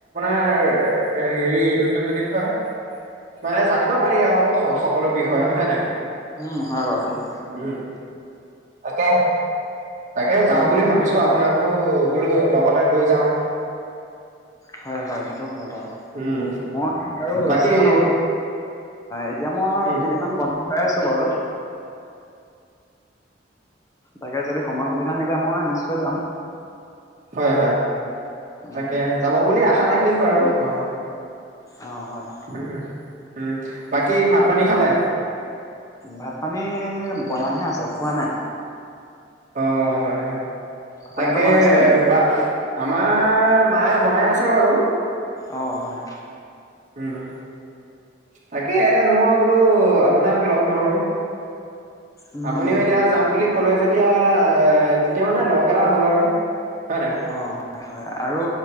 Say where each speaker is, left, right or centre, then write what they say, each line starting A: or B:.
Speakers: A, on the right (about 45°); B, on the left (about 20°).
A: <unintelligible> <unintelligible> হেৰি এইটো কি বুলি কয়, মানে জানিব পাৰি আৰু সকলো বিষয়ে হয়, নাই?
B: উম, হয়, বাৰু সেইটো।
A: উম তাকেহে। তাকে যাওঁ
B: উম
A: বুলি ভাবিছো আৰু। আপোনাকো বোলো লগতে লৈ যাওঁ।
B: হয়, হয়, হয়। সেইটো হয় বাৰু
A: উম
B: মই বাৰু
A: বাকী
B: চাওঁ এতিয়া মই
A: উম,
B: কেইদিনমান বন্ চাই আছোঁ বাৰু। তাকে যদি সময় সুবিধা মিলে মই নিশ্চয় যাম।
A: হয়, হয়
B: উম
A: তাকে যাব বুলি আশা থাক কিল বাৰু, অহ।
B: অ হয়
A: উম। উম, বাকী ভাত পানী খালে?
B: ভাত পানী বনাইহে আছে, খোৱা নাই।
A: অহ, হয়, হয়।
B: আপোনালোকৰ
A: তাকে
B: বনাইছেনে
A: বা আমাৰ মায়ে বনাই আছে বাৰু।
B: অহ, হয়।
A: উম, উম, তাকে মই বোলো আপোনাক লগ ধৰো।
B: উম
A: আপুনিও এতিয়া যাম বুলি ক'লে যেতিয়া এ তেতিয়া মানে লগ এটা হ'ল আৰু। হয় নাই
B: অ', হয়, হয় আৰু